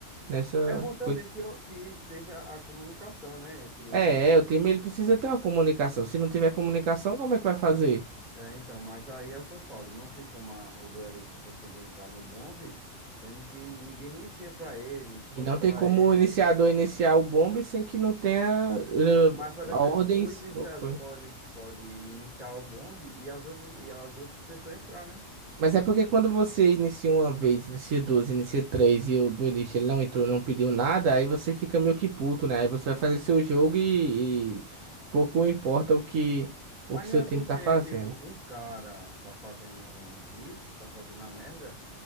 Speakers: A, on the right; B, in the centre.
A: nessa...
B: É bom também
A: coisa.
B: que, eu- que esteja a comunicação, né? Entre o,
A: É, é, o time ele precisa ter uma comunicação. Se não tiver comunicação, como é que vai fazer?
B: É, então, mas aí é o que eu falo, não tem como a- o duelista conseguir entrar no bombe, sendo que ninguém inicia pra ele, espota
A: E não
B: pra
A: tem como
B: ele.
A: o iniciador iniciar o bombe sem que não tenha eh,
B: Mas, por
A: ordens
B: exemplo, o iniciador
A: ou coisa.
B: pode, pode iniciar o bombe e as outras, e as outras pessoas entrar, né?
A: Mas é porque quando você inicia uma vez, inicia duas, inicia três e o duelista ele não entrou, não pediu nada, aí você fica meio que puto, né? Aí você vai fazer seu jogo e, e pouco importa o que
B: Mas
A: o que
B: não
A: seu
B: é
A: time
B: porque,
A: tá fazendo.
B: tipo, um cara tá fazendo isso, tá fazendo a merda,